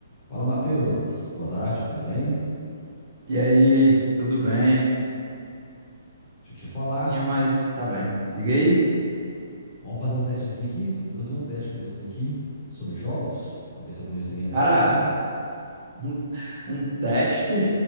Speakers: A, on the left; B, on the right.
A: Fala, Matheus. Boa tarde, tudo bem?
B: E aí, tudo bem?
A: Deixa eu te falar.
B: Tinha, Mas tá bem. Diga aí,
A: Vamos fazer um testezinho aqui. Tô precisando fazer um teste com você aqui sobre jogos, para ver seu conhecimento
B: cara,
A: como tá.
B: um, um teste? <laughs>